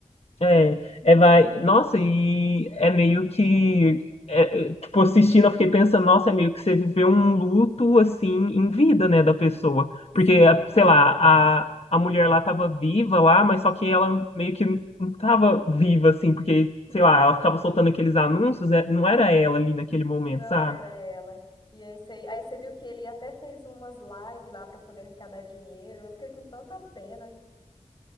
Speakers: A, on the left; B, on the left.
A: É, é, vai. Nossa, e é meio que. é, é, tipo, assistindo, eu fiquei pensando, nossa, é meio que você viveu um luto, assim, em vida, né, da pessoa.
B: Sim,
A: Porque, a-
B: é verdade.
A: sei lá, a, a mulher lá tava viva lá, mas só que ela meio que não tava viva, assim, porque, sei lá, ela ficava soltando aqueles anúncios, é, não era ela ali naquele momento,
B: Não
A: sabe?
B: era ela. E aí você, aí você viu que ele até fez umas lives lá para poder arrecadar dinheiro. Eu fiquei com tanta pena.